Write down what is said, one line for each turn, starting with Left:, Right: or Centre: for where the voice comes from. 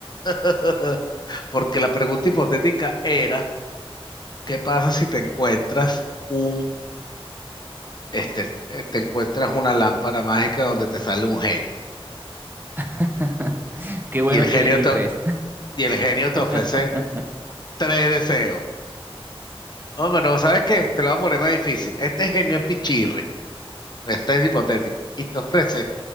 Left: <laughs> Porque la pregunta hipotética era, ¿qué pasa si te encuentras un, este, eh, te encuentras una lámpara mágica donde te sale un genio?
Right: <laughs> Qué bueno
Left: Y el genio
Right: que elegí
Left: te,
Right: tres.
Left: y el genio te ofrece
Right: <laughs>
Left: tres deseos. Oh, pero ¿sabes qué? Te lo voy a poner más difícil. Este genio es pichirre, este es hipotético, y te ofrece